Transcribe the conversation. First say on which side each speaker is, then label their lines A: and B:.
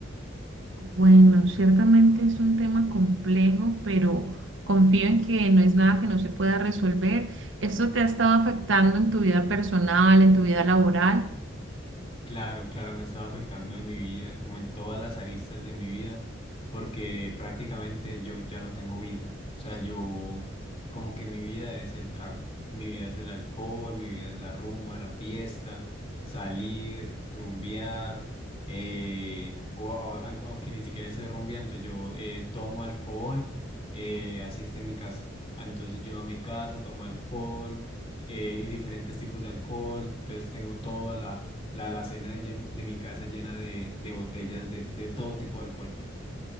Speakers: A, on the right (about 75°); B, on the left (about 35°).
A: Bueno, ciertamente es un tema complejo, pero confío en que no es nada que no se pueda resolver. ¿Esto te ha estado afectando en tu vida personal, en tu vida laboral?
B: Claro, claro, me estaba afectando en mi vida, como en todas las aristas de mi vida, porque prácticamente yo ya no tengo vida. O sea, yo como que mi vida es el trago, mi vida es el alcohol, mi vida es la rumba, la fiesta, salir, rumbear, eh, o, o- aun- aunque ni siquiera esté rumbeando, yo eh, tomo alcohol, eh, así está en mi casa. Entonces llego a mi casa, tomo alcohol, eh, y diferentes tipos de alcohol, entonces tengo toda la la alacena de, llen- de mi casa llena de, de botellas de, de todo tipo de alcohol.